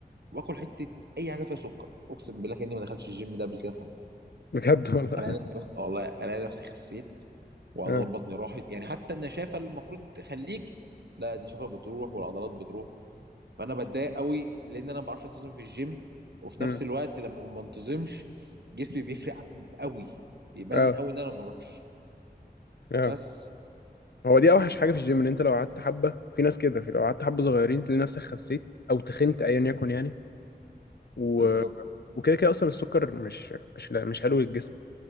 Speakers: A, on the right; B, on the left.
A: واكل حته اي حاجه فيها سكر اقسم بالله كاني ما دخلتش الجيم ده قبل كده في حياتي
B: بجد والله
A: انا نفسي والله انا نفسي خسيت
B: <laughs>
A: وعضلات
B: اه
A: بطني راحت يعني حتى النشافه اللي المفروض تخليكي لا النشافه بتروح والعضلات بتروح فانا بتضايق قوي لان انا ما بعرفش انتظم في الجيم وفي
B: مم.
A: نفس الوقت لما ما بنتظمش جسمي بيفرق قوي بيبان
B: اه
A: قوي ان انا ما بروحش
B: اه
A: بس
B: هو دي اوحش حاجه في الجيم ان انت لو قعدت حبه في ناس كده في لو قعدت حبه صغيرين تلاقي نفسك خسيت او تخنت ايا يكن يعني و...
A: بالظبط
B: وكده كده اصلا السكر مش مش لا مش حلو للجسم